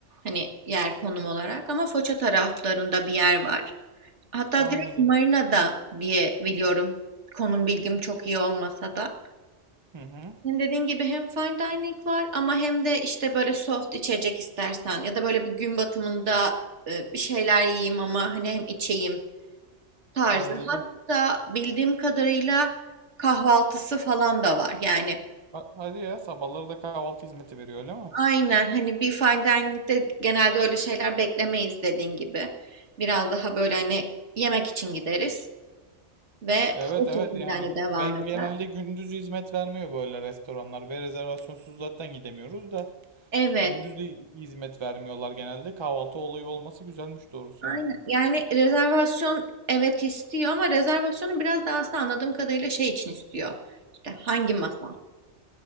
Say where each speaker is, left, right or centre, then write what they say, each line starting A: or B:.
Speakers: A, on the right; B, on the right.
A: hani yer konum olarak ama Foça taraflarında bir yer var. Hatta
B: Anladım.
A: direkt Marina'da diye biliyorum. Konum bilgim çok iyi olmasa da.
B: Hı hı.
A: Hem dediğin gibi hem fine dining var ama hem de işte böyle soft içecek istersen ya da böyle bir gün batımında e, bir şeyler yiyeyim ama hani hem içeyim tarzı.
B: Anladım.
A: Hatta bildiğim kadarıyla kahvaltısı falan da var. Yani
B: Ha- hadi ya sabahları da kahvaltı hizmeti veriyor öyle mi?
A: aynen hani bir fine dining'de genelde öyle şeyler beklemeyiz dediğin gibi. Biraz daha böyle hani yemek için gideriz ve
B: Evet
A: o
B: evet
A: şekilde
B: yani
A: hani devam
B: ve genelde
A: eder.
B: gündüz hizmet vermiyor böyle restoranlar ve rezervasyonsuz zaten gidemiyoruz da
A: Evet.
B: gündüz de hizmet vermiyorlar genelde kahvaltı olayı olması güzelmiş doğrusu
A: Aynen.
B: yani
A: Yani rezervasyon evet istiyor ama rezervasyonu biraz daha aslında anladığım kadarıyla şey için istiyor. İşte hangi masa?